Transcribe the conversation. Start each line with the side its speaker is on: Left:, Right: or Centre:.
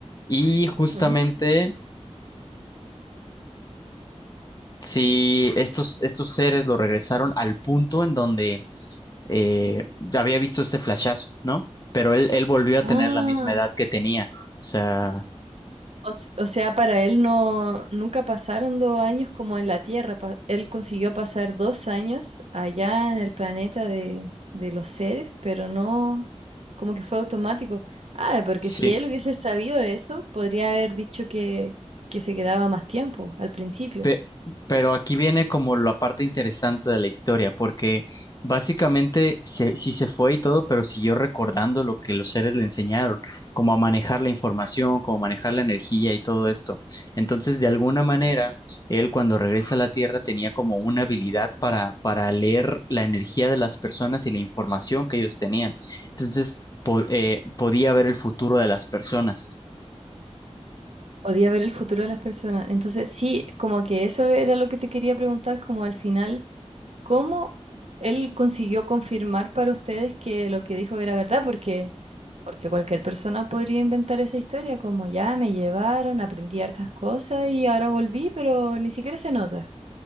Left: y justamente
Right: Ujú.
Left: si estos, estos seres lo regresaron al punto en donde eh, había visto este flashazo, ¿no? Pero él, él volvió a
Right: Ah,
Left: tener la misma edad que tenía. O sea,
Right: O, s- o sea, para él no, nunca pasaron dos años como en la Tierra. pa- él consiguió pasar dos años allá en el planeta de, de los seres, pero no, como que fue automático. Ah, porque
Left: sí.
Right: si él hubiese sabido eso, podría haber dicho que, que se quedaba más tiempo al principio.
Left: Pe- pero aquí viene como la parte interesante de la historia, porque básicamente se, sí se fue y todo, pero siguió recordando lo que los seres le enseñaron, como a manejar la información, como manejar la energía y todo esto. Entonces, de alguna manera, él cuando regresa a la Tierra tenía como una habilidad para, para leer la energía de las personas y la información que ellos tenían. Entonces, po- eh, podía ver el futuro de las personas.
Right: Podía ver el futuro de las personas. Entonces, sí, como que eso era lo que te quería preguntar, como al final, ¿cómo él consiguió confirmar para ustedes que lo que dijo era verdad? Porque... Porque cualquier persona podría inventar esa historia como ya me llevaron, aprendí hartas cosas y ahora volví, pero ni siquiera se nota.